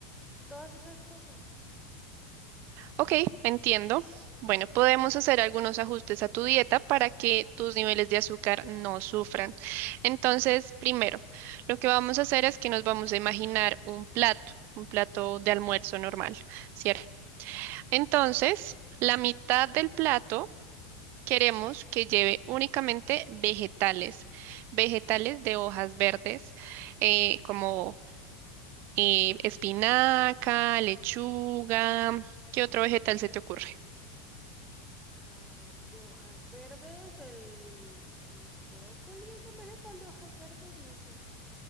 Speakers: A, in the centre; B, on the right (about 50°).
A: todas esas cosas.
B: Ok, entiendo. Bueno, podemos hacer algunos ajustes a tu dieta para que tus niveles de azúcar no sufran. Entonces, primero, lo que vamos a hacer es que nos vamos a imaginar un plato, un plato de almuerzo normal, ¿cierto? Entonces, la mitad del plato queremos que lleve únicamente vegetales, vegetales de hojas verdes, eh, como eh, espinaca, lechuga. ¿Qué otro vegetal se te ocurre?
A: Ah, de hojas verdes, el, el brócoli es un vegetal de hojas verdes, no sé.